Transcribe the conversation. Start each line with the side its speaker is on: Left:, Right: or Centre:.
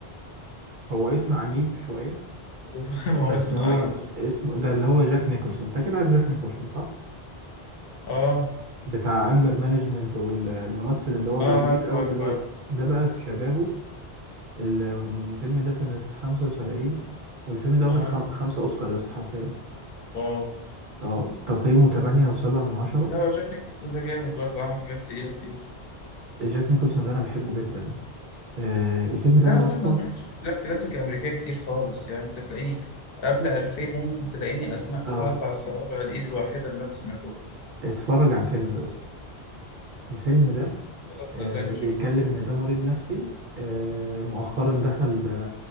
Right: هو اسم عجيب شويه
Left: <laughs> ما
Right: بس
Left: هو اسمه
Right: هو
Left: عجيب أصلاً.
Right: اسمه ده اللي هو جاك نيكولسون انت كده عارف جاك نيكولسون صح
Left: اه
Right: بتاع انجر مانجمنت والممثل اللي هو
Left: اه
Right: بقى كبير
Left: عارف
Right: قوي
Left: عارف
Right: دلوقتي
Left: عارف
Right: ده بقى في شبابه ال- الفيلم ده سنة 75 والفيلم ده
Left: اه
Right: واخد خم- خمسة اوسكار يا اسطى حرفيا
Left: واو
Right: اه تقييمه 8 و7 من 10
Left: لا هو جاك نيكلسون ده جامد برضه عمل حاجات تقيلة كتير
Right: جاك نيكولسون ده انا بحبه جدا آه الفيلم
Left: بس
Right: ده
Left: انا
Right: بقى
Left: بصراحة
Right: يا اسطى
Left: ما سمعتش افلام كلاسيك امريكية كتير خالص يعني انت تلاقيني قبل 2000 ممكن تلاقيني اسماء تتعدى
Right: اه
Left: على الصوابع الايد الواحدة اللي انا سمعتها
Right: اتفرج على الفيلم ده يا اسطى الفيلم ده
Left: خلاص
Right: آه
Left: صدقني اشوف
Right: بيتكلم ان ده مريض نفسي آه مؤخرا دخل